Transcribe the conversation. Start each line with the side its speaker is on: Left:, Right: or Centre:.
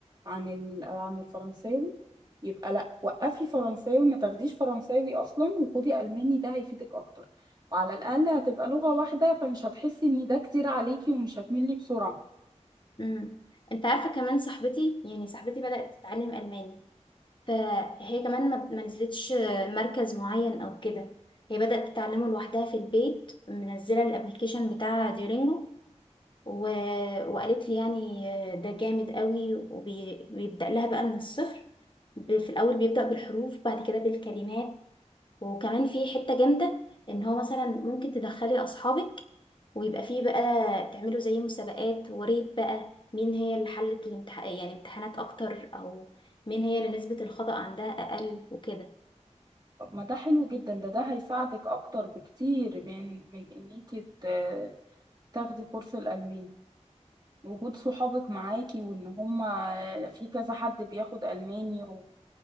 Right: عن ال... عن الفرنساوي يبقى لا وقفي فرنساوي ما تاخديش فرنساوي اصلا وخدي الماني ده هيفيدك اكتر وعلى الاقل هتبقى لغة واحدة فمش هتحسي ان ده كتير عليكي ومش هتملي بسرعة
Left: امم انت عارفه كمان صاحبتي يعني صاحبتي بدات تتعلم الماني فهي كمان ما ما نزلتش مركز معين او كده هي بدات تتعلمه لوحدها في البيت منزله الابلكيشن بتاع ديورينجو و... وقالت لي يعني ده جامد قوي وبيبدا لها بقى من الصفر ب- في الاول بيبدا بالحروف بعد كده بالكلمات وكمان في حتة جامدة ان هو مثلا ممكن تدخلي اصحابك ويبقى فيه بقى تعملوا زي مسابقات وريت بقى مين هي اللي حلت الامتح... يعني امتحانات اكتر او مين هي اللي نسبة الخطأ عندها اقل وكده
Right: طب ما ده حلو جدا ده ده هيساعدك اكتر بكتير من من انك ت- تاخدي كورس الالماني وجود صحابك معاكي وان هما في كذا حد بياخد الماني و...